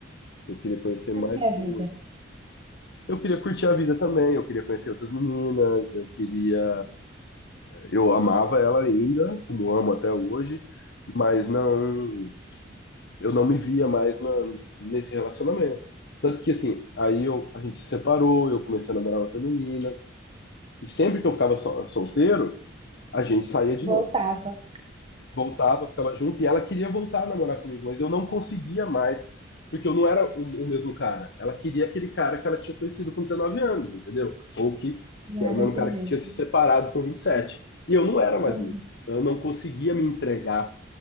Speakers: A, on the left; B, on the right.
A: eu queria conhecer
B: Porque
A: mais coisas.
B: a vida
A: Eu queria curtir a vida também, eu queria conhecer outras meninas, eu queria. Eu amava ela ainda, como amo até hoje, mas não. Eu não me via mais na, nesse relacionamento. Tanto que, assim, aí eu, a gente se separou, eu comecei a namorar outra menina, e sempre que eu ficava so- solteiro, a gente saía de
B: voltava,
A: novo. voltava, ficava junto, e ela queria voltar a namorar comigo, mas eu não conseguia mais, porque eu não era o, o mesmo cara. Ela queria aquele cara que ela tinha conhecido com 19 anos, entendeu? Ou que,
B: não
A: que era
B: era
A: o
B: desse
A: mesmo cara
B: jeito.
A: que tinha se
B: né?
A: separado com 27. E sete. E eu não era mais
B: Uhum.
A: o mesmo. Então, Eu não conseguia me entregar